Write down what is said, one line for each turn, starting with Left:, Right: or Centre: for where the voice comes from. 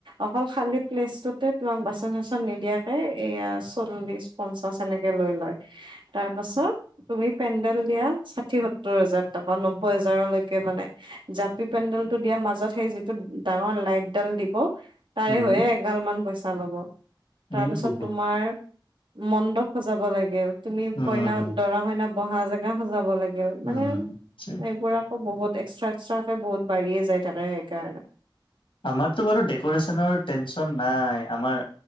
Right: অকল খালী ফ্লেছটোতে তোমাক বাচন-চাচন নিদিয়াকে এয়া চল্লিছ পঞ্চাশ সেনেকে লৈ লয় তাৰপাছত তুমি পেণ্ডেল দিয়া ষাথি সত্তৰ হাজাৰ টকা নব্বৈ হাজাৰলৈকে মানে জাপি পেণ্ডেলটো দিয়াৰ মাজত সেই যিটো ডাঙৰ লাইটডাল দিব তাৰে
Left: উম
Right: হৈয়ে এগাল মান পইচা ল'ব তাৰপিছত
Left: এই বহুত
Right: তোমাৰ মণ্ডপ সজাব লাগিল, তুমি
Left: উম
Right: কইনা, দৰা-কইনা বহা জেগা সজাব লাগিল। মানে
Left: উম আচ্ছা।
Right: এইবোৰ আকৌ বহুত এক্সট্ৰা এক্সট্ৰাকে বহুত বাঢ়িয়ে যায় থাকে সেইকাৰণে
Left: আমাৰতো বাৰু ডেক'ৰেশ্যনৰ টেনশ্যন নাই আমাৰ